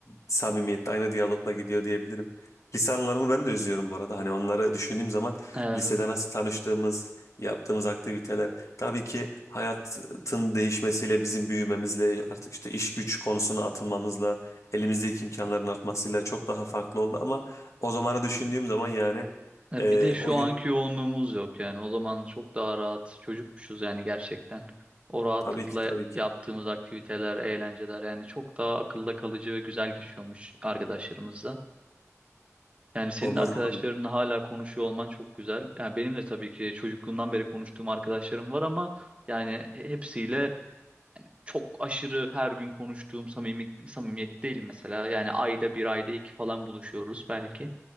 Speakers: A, on the left; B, on the right.
A: samimiyette, aynı diyalogla gidiyor diyebilirim. Lise anılarımı ben de özlüyorum bu arada. Hani onları düşündüğüm zaman
B: e,
A: lisede nasıl tanıştığımız, yaptığımız aktiviteler Tabii ki hayatın değişmesiyle, bizim büyümemizle, artık işte iş güç konusuna atılmamızla, elimizdeki imkanların artmasıyla çok daha farklı oldu ama o zamanı düşündüğüm zaman yani
B: E,
A: e,
B: Bir de şu
A: o gün
B: anki yoğunluğumuz yok yani. O zaman çok daha rahat çocukmuşuz yani gerçekten. O rahatlıkla
A: tabii ki tabii ki
B: yaptığımız aktiviteler, eğlenceler yani çok daha akılda kalıcı ve güzel geçiyormuş arkadaşlarımızla. Yani senin
A: olmaz
B: de arkadaşlarınla
A: olur mu?
B: hala konuşuyor olman çok güzel. Yani benim de tabii ki çocukluğumdan beri konuştuğum arkadaşlarım var ama yani hepsiyle çok aşırı her gün konuştuğum samimi, samimiyet değil mesela. Yani ayda bir ayda iki falan buluşuyoruz belki.